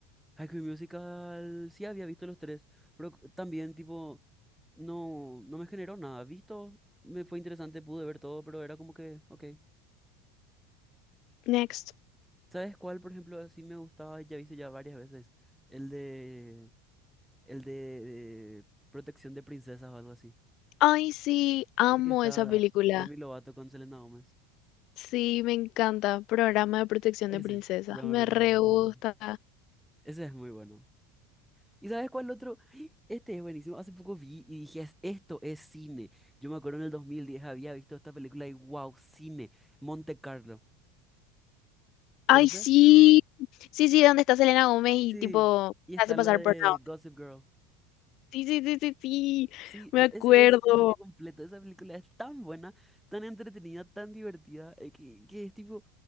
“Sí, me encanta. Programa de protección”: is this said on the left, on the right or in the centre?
Left